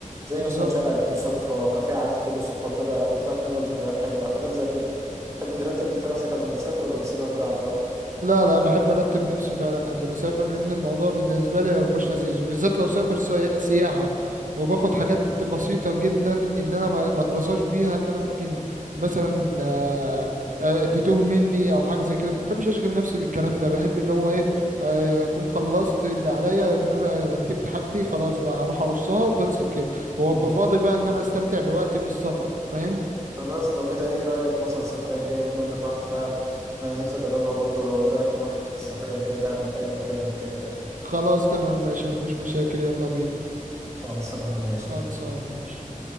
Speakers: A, on the right; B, on the right.
A: زي
B: بالظبط.
A: مثلا شارع لقيته صدفة كافيه قعدت فيه بالصدفة وطلع وطلعت منه بذكريات حلوة حاجات زي كده تحب ترتب انت نفسك قبل ما تسافر ولا بسيبها كده على البركة
B: لا لا بحب ارتب نفسي فعلا قبل ما اسافر لان الموضوع بالنسبه لي ما بيبقاش لذيذ وبالذات لو سافر سي- سياحه وباخد حاجات بسيطه جدا ان انا ما ما اترزاش بيها ان انا ممكن مثلا آه، آه، تتوه مني او حاجه زي كده ما بحبش اشغل نفسي بالكلام ده بحب اللي هو ايه آه، اكون خلصت اللي عليا ان انا رتبت حاجتي خلاص بقى اروح ارصها وخلصت كده وابقى
A: مم.
B: فاضي بقى ان انا استمتع بوقتي في السفر فاهم
A: خلاص لو كده ايه رأيك مثلا السفرية الجاية بما انك رحت دهب انا نفسي اجربها برضو لو ايه رأيك نروح السفرية الجاية دهب نتقابل كده ونتفق
B: خلاص تمام ماشي مفيش مشاكل يلا بينا
A: خلاص انا ماشي
B: خلصانه ماشي